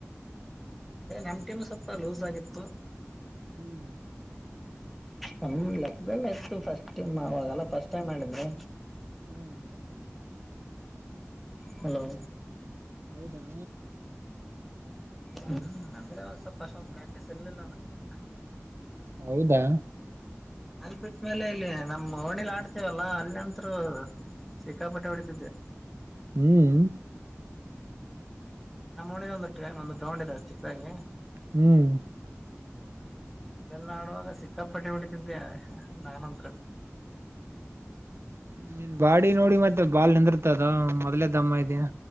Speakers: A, in the centre; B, on the right.
A: ಅ ನಮ್ ಟೈಮ್ ಸ್ವಲ್ಪ ಲೂಸ್ ಆಗಿತ್ತು.
B: ಹ್ಮ್.
A: ನಮ್ಮ್ ಲೆಕ್ದಲ್ಲೇ ಇತ್ತು ಫಸ್ಟ್ ನಾವಾಗಲ್ಲ ಫಸ್ಟ್ ಟೈಮ್ ಮಾಡಿದ್ರೆ.
B: ಹ್ಮ್. <inaudible>
A: ಹಲೋ.
B: ಹೌದಾ.
A: ಹ್ಮ್ ನಂದ್ರೆ ಅವಾಗ ಸ್ವಲ್ಪ ಅಸ್ಟೊಂದು ಪ್ರಾಕ್ಟಿ ಸ್ ಇರ್ಲಿಲ್ಲ ನಂಗೆ.
B: ಹೌದಾ.
A: ಅಲ್ಲಿ ಬಿಟ್ಟ್ಮೇಲೆ ಇಲ್ಲಿ ನಮ್ಮ್ ಹೋಣಿಲಿ ಆಡ್ತೇವಲ್ಲಾ ಅಲ್ಲಿಂತರು ಸಿಕ್ಕಾಪಟೆ ಹೊಡಿತಿದ್ದೆ.
B: ಹ್ಮ್.
A: ನಮ್ಮ್ನ ಒಣಗ ಒಂದು ಗ್ರೌಂಡ್ ಇದೆ ಚಿಕ್ಕದಾಗಿ.
B: ಹ್ಮ್.
A: ಅಲ್ಲೆಲ್ಲ ಆಡುವಾಗ ಸಿಕ್ಕಾಪಟ್ಟ ಹೊ ಡಿತಿದ್ದೆ ನಾನಂತ.
B: ನಿನ್ ಬಾಡಿ ನೋಡಿ ಮತ್ತೆ ಬಾಲ್ ನಿಂದಿರ್ತದ ಮೊದ್ಲೇ ದಮ್ಮ ಇದೀಯಾ.